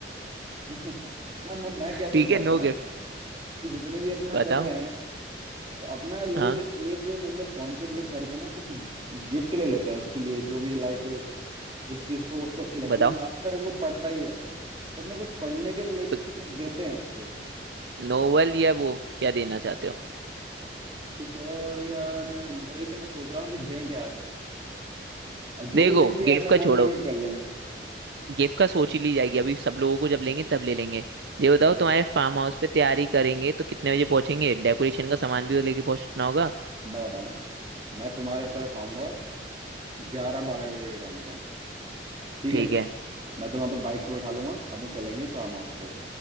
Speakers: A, on the right; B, on the right.
A: <laughs> ना मैं मैं क्या सोच
B: ठीक
A: रहा
B: है नो
A: था ना
B: गिफ्ट
A: कि जितने भी अपना
B: बताओ
A: कर रहे हैं तो अपना लोग
B: हाँ
A: एक मतलब कंट्रीब्यूट करके ना कुछ गिफ्ट ले लेते हैं उसके लिए जो भी लाइक जिस चीज को उसको अच्छी लगती
B: बताओ
A: है ज्यादातर वो पढ़ता ही है तो अपना कुछ पढ़ने के रिलेटेड
B: तो
A: से कुछ देते हैं उसको
B: नोवेल या वो क्या देना चाहते हो
A: कुछ और यार मैं वही तो मैं सोच रहा हूँ कि दें क्या आखिर अब जो
B: देखो
A: भी देंगे
B: गिफ्ट
A: अपना
B: का
A: कंट्रीब्यूट
B: छोड़ो
A: कर लेंगे
B: गिफ्ट का सोच ही ली जाएगी अभी सब लोगों को जब लेंगे तब ले लेंगे ये बताओ
A: चलो
B: तुम्हारे फार्म हाउस पे तैयारी करेंगे तो कितने बजे पहुंचेंगे डेकोरेशन का सामान भी तो लेके पहुंचना होगा
A: मैं बताऊँ मैं तुम्हारे तरफ आऊंगा ग्यारह बारह बजे के टाइम पे ठीक
B: ठीक
A: है
B: है
A: मैं तो वहाँ पे बाइक पे बैठा लूंगा अपन चलेंगे फार्म हाउस पे